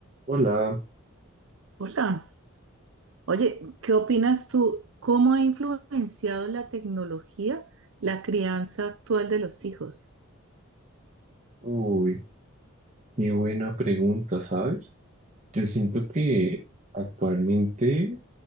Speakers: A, on the right (about 35°); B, on the right (about 65°).
A: Hola,
B: Hola, oye, ¿qué opinas tú? ¿Cómo ha influenciado la tecnología la crianza actual de los hijos?
A: uy, qué buena pregunta, ¿sabes? Yo siento que actualmente